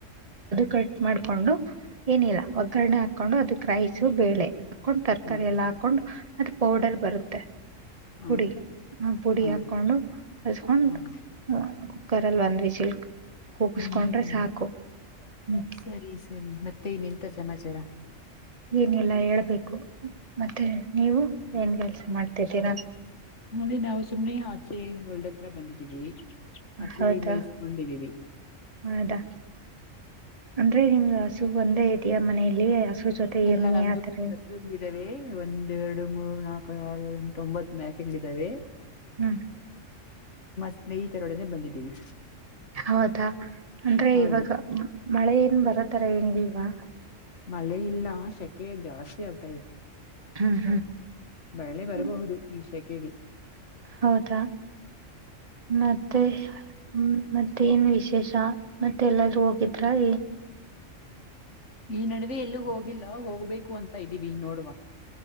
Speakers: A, on the right; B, on the left.
A: ಕ ಮಾಡ್ಕೊಂಡು ಏನಿಲ್ಲ ಒಗ್ಗರಣೆ ಹಾಕೊಂಡು ಅದಕ್ ರೈಸು ಬೇಳೆ ಹಾಕೊಂಡು ತರಕಾರಿ
B: ಹ್ಮ್
A: ಎಲ್ಲ ಹಾಕೊಂಡು ಅದು ಪೌಡರ್ ಬರುತ್ತೆ
B: ಹ್ಮ್
A: ಪುಡಿ ಆ ಪುಡಿ
B: ಹ್ಮ್
A: ಹಾಕೊಂಡು ಕಸ್ಕೊಂಡು.
B: ಹ್ಮ್
A: <inaudible> ಕರಲ್ ಒಂದು ವಿಚ ಕುೂಗುಸ್ಕೊಂಡ್ರೆ
B: ಹ್ಮ್ ಹ್ಮ್
A: ಸಾಕು ಹ್ಮ್
B: ಸರಿ- ಸರಿ ರಿ ಮತ್ತೆ ಇನ್ ಎಂತ ಸಮಾಚಾರ
A: ಏನಿಲ್ಲ ಹೇಳ್ಬೇಕು ಮತ್ತೆ ನೀವು ಏನ್ ಕೆಲ್ಸ ಮಾಡ್ತಿದ್ದೀರಾ
B: ಅದೇ ನಾವು ಸುಮ್ನೆ ಆಚೆ ಹೊಲ್ದತ್ರ ಬಂದಿದ್ದೀವಿ ಹಸುಗಳು
A: ಹೌದಾ
B: ಮೇಯಿಸಕೊಂಡಿದ್ದೀವಿ
A: ಹೌದಾ ಅಂದ್ರೆ ನಿಮ್ ಸು ಒಂದೇ ಇದಿಯ ಮನೆಯಲ್ಲಿ ಹಸು ಜೊತೆ
B: ಎಲ್ಲ
A: ಎಮ್ಮೆ
B: ನಮ್ದುುಂಬಿದಾವೆ
A: ಆತರ
B: ಒಂದ ಎರಡು ಮೂರು ನಾಲ್ಕು ಆರು ಎಂಟು ಒಂಬತ್ತು ಮ್ಯಾಕೆಗಳಿದಾವೆ
A: ಹ್ಮ್
B: ಸ್ನೇಹಿತರೊಡನೆ ಬಂದಿದ್ದೀವಿ
A: ಹೌದಾ ಅಂದ್ರೆ
B: ಹೌದು
A: ಇವಾಗ ಮಳೆ ಏನ್ ಬರತರ ಏನಿಲ್ವಾ <unintelligible>
B: ಮಳೆ ಇಲ್ಲ ಶಕ್ ಕೆ ಜಾಸ್ತಿ ಆಗ್ತಾ ಇದೆ
A: ಹ್ಮ್
B: ಬಳ್ಳೆ
A: ಹ್ಮ್
B: ಬರಬಹುದು ಈ ಶ. ಕೇಳಿ
A: ಹೌದಾ ಮತ್ ಮತ್ತೆ ಮತ್ತೆ ಏನ್ ವಿಶೇಷ ಮತ್ತೆ ಎಲ್ಲಾದೂ ಹೋಗಿದ್ರ <inaudible>
B: ಈ ನಡುವೆ ಎಲ್ಲೂ ಹೋಗಿಲ್ಲ ಹೋಗ್ಬೇಕು ಅಂತ ಇದ್ದೀವಿ ನೋಡ್ವಾ